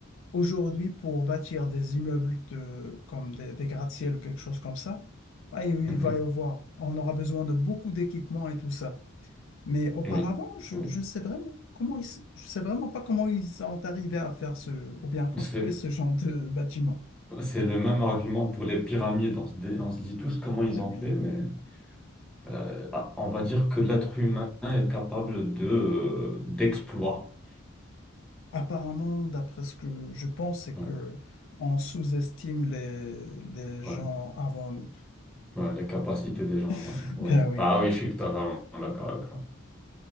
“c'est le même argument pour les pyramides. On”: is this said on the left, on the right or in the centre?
Centre